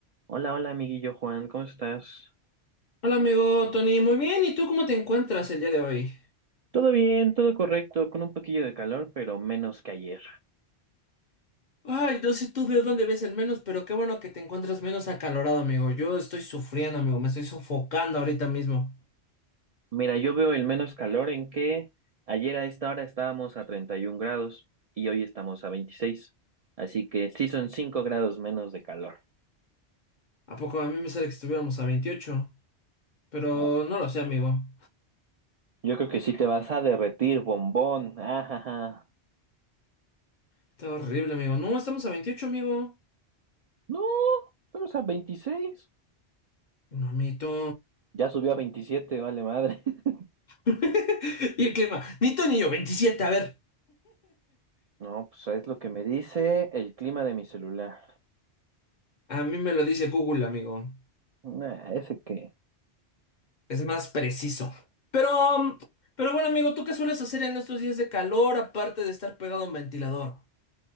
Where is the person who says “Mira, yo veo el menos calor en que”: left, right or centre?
Right